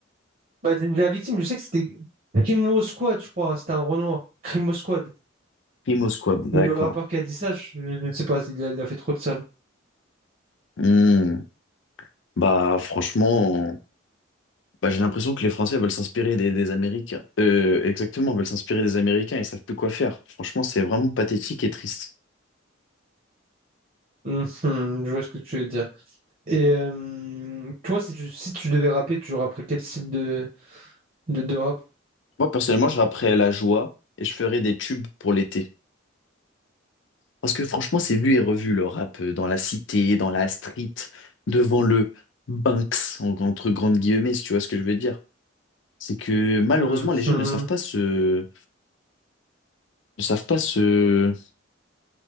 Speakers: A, on the right; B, on the left.
A: Bah, la victime, je sais que c'était Crimo Squad, je crois, c'était un Renoir, Crimo Squad.
B: Primo Squad, d'accord.
A: Mais le rappeur qui a dit ça, je, je ne sais pas, il a, il a fait trop de sale.
B: Hmm. Bah franchement, bah, j'ai l'impression que les Français veulent s'inspirer des, des Américains. Euh, exactement, veulent s'inspirer des Américains et savent plus quoi faire. Franchement, c'est vraiment pathétique et triste.
A: Mhm, je vois ce que tu veux dire. Et euh, toi, si tu, si tu devais rapper, tu rapperais quel style de, de, de rap?
B: Moi, personnellement, je rapperais la joie et je ferais des tubes pour l'été. Parce que franchement, c'est vu et revu le rap euh, dans la cité, dans la street, devant le Banks, en- entre grandes guillemets, si tu vois ce que je veux dire. C'est que malheureusement,
A: Mhm.
B: les jeunes ne savent pas se. ne savent pas se.